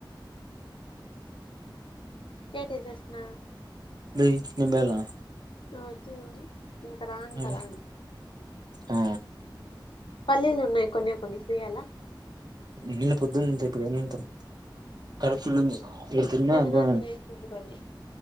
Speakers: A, on the left; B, on the right.
A: గేట్ ఎసేసిన
B: బయ నింబలా
A: అవుదు ఇంకా రాను
B: మరి
A: కదా
B: ఆ
A: పల్లెలో నే కొనీ కొన్ని పూయలా
B: ఉన్నిలే పొద్దుందంత ఇప్పుడు ఏనాంటా కడపు ఫుల్ ఉంది మీరు తిన
A: చందనా
B: అంటే
A: తినేసింది కొన్ని